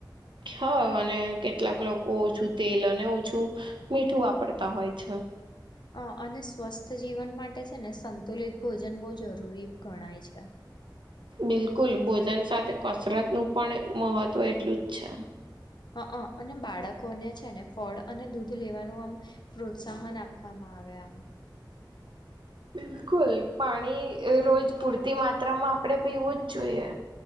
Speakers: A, on the right; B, on the left.
A: હ અને કેટલાક લોકો ઓછું તેલ અને ઓછું મીઠું વાપરતા હોય છે <unintelligible>
B: અ અને સ્વસ્થ જીવન માટે છે ને સંતુલિત ભોજ ભોજન બહુ જરૂરી ગણાય છે
A: બિલકુલ ભોજન સાથે કસરતનું પણ મહત્ત્વ એટલું જ છે
B: હ હ અને બાળકોને છે ને ફળ અને દૂધ લેવાનું આમ પ્રોત્સાહન આપવામાં આવે મે આમ
A: બિલકુલ પાણી રોજ પૂરતી માત્રામાં આપણે પીવું જ જોઈએ